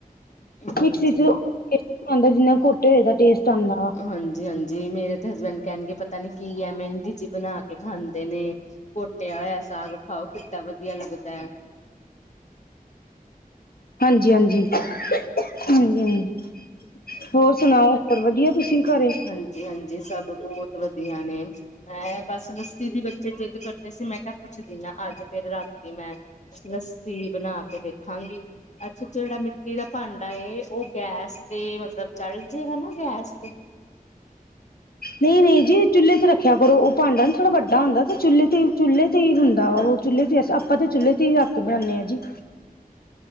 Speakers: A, on the left; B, on the left.
A: ਹਾਂਜੀ
B: ਮਿਕਸੀ ਚਂ ਇਨਾ ਟੇਸਟ ਨਹੀਂ ਆਉਂਦਾ ਜਿੰਨਾ ਘੋਟੇ ਹੋਏ ਦਾ ਆਂਦਾ ਹੈ।
A: ਹਾਂਜੀ, ਹਾਂਜੀ ਮੇਰੇ ਤੇ ਹਸਬੈਂਡ ਕਹਿਣਗੇ ਪਤਾ ਨੀ ਕੀ ਹੈ ਮਹਿੰਦੀ ਜੀ ਬਣਾ ਕੇ ਖਾਂਦੇ ਨੇ। ਘੋਟਿਆ ਹੋਇਆ ਸਾਗ ਖਾਓ ਕਿੱਡਾ ਵਧੀਆ ਲੱਗਦਾ ਹੈ।
B: ਹਾਂਜੀ, ਹਾਂਜੀ, ਹਾਂਜੀ, ਹਾਂਜੀ ਹੋਰ ਸੁਣਾਓ? ਹੋਰ ਵਧੀਆ ਤੁਸੀਂ ਘਰੇ?
A: ਹਾਂਜੀ ਹਾਂਜੀ ਸਭ ਬਹੁਤ ਵਧੀਆ ਨੇ ਮੈਂ ਬਸ ਲੱਸੀ ਦੀ ਬੱਚੇ ਜਿੱਦ ਕਰਦੇ ਸੀ ਮੈਂ ਕਿਹਾ ਪੁੱਛਦੀ ਨਾ ਅੱਜ ਫਿਰ ਰਾਤੀ ਮੈਂ ਲੱਸੀ ਬਣਾ ਕੇ ਦੇਖਾਂਗੀ ਅੱਛਾ ਜਿਹੜਾ ਮਿੱਟੀ ਦਾ ਭਾਂਡਾ ਉਹ ਗੈਸ ਤੇ ਮਤਲਬ ਚਲ ਜਾਏਗਾ ਨਾ ਗੈਸ ਤੇ
B: ਨਹੀਂ ਨਹੀਂ ਜੀ ਚੁੱਲੇ ਤੇ ਰੱਖਿਆ ਕਰੋ। ਉਹ ਭਾਂਡਾ ਨਾ ਥੋੜਾ ਵੱਡਾ ਹੁੰਦਾ ਤੇ ਚੁੱਲੇ ਤੇ ਹੀ ਚੁੱਲ੍ਹ ਤੇ ਹੀ ਹੁੰਦਾ ਉਹ। ਚੁੱਲ੍ਹੇ ਤੇ ਆਪਾਂ ਤਾਂ ਚੁੱਲ੍ਹੇ ਤੇ ਹੀ ਰੱਖ ਕੇ ਬਣਾਦੇ ਹਾਂ ਜੀ।